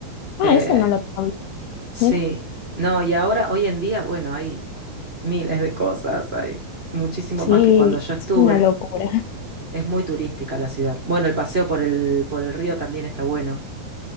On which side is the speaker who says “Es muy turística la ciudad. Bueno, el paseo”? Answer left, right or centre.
Right